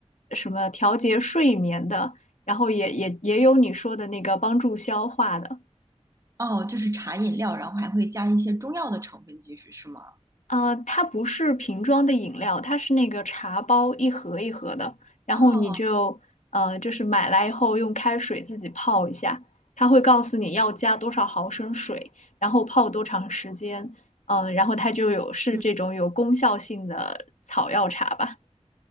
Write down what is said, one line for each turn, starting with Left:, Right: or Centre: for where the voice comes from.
Left: 什么调节睡眠的，然后也也也有你说的那个帮助消化的。
Right: 哦，就是茶饮料，然后还会加一些中药的成分进去，是吗？
Left: 呃，它不是瓶装的饮料，它是那个茶包一盒一盒的，然后你就呃就是买来以后用开水自己泡一下，
Right: 哦。
Left: 它会告诉你要加多少毫升水，然后泡多长时间，呃，然后它就有是这种有功效性的草药茶吧。
Right: 嗯。